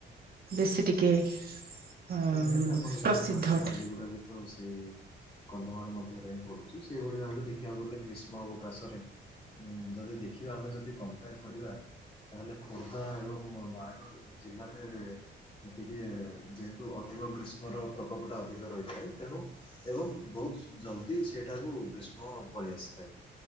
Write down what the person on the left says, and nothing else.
ହଁ, ନିହାତି ଆପଣ ଯେମିତି
କହିଲେ,
ବାଲିଗୁଡା ଭ ତ ସେଇ କନ୍ଧମାଳ ମଧ୍ୟରେ ହିଁ ପଡ଼ୁଛି ସେହିଭଳି ଭାବରେ ଦେଖିବାକୁ ଗଲେ ଗ୍ରୀଷ୍ମ ଅବକାଶରେ ଉଁ, ଯଦି ଦେଖିବା ଆମେ ଯଦି କମ୍ପେୟାର କରିବା ତାହେଲେ ଖୋର୍ଦ୍ଧା ଏବଂ ନୟାଗଡ଼ ଜିଲ୍ଲାରେ ଟିକେ ଯେ ତ ଅଧିକ ଗ୍ରୀଷ୍ମର ପ୍ରକୋପଟା ଅଧିକ ରହିଥାଏ ତେଣୁ ଏବଂ ବହୁତ ଜଲଦି ସେଇଟାକୁ ଗ୍ରୀଷ୍ମ ପଳେଇ ଆସିଥାଏ।